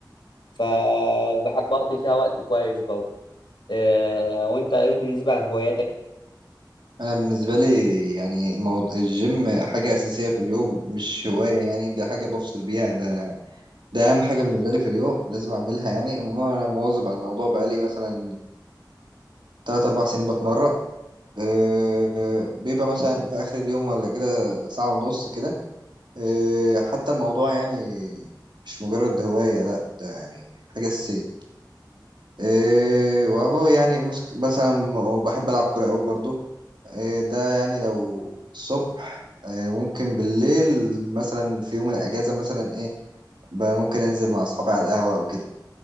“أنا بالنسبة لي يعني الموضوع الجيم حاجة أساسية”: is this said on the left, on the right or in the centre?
Right